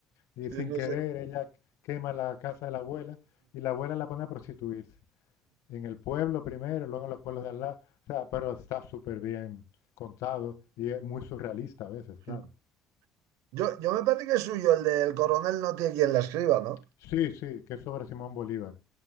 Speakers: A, on the left (about 70°); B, on the right (about 85°).
A: Y
B: Sí,
A: sin
B: no
A: querer,
B: sé.
A: ella quema la casa de la abuela y la abuela la pone a prostituirse. En el pueblo primero, luego en los pueblos de al lado. O sea, pero está súper bien contado y es muy surrealista a veces, claro.
B: <laughs> Yo, yo me parece que es suyo el del coronel no tiene quien la escriba, ¿no?
A: Sí, sí, que es sobre Simón Bolívar.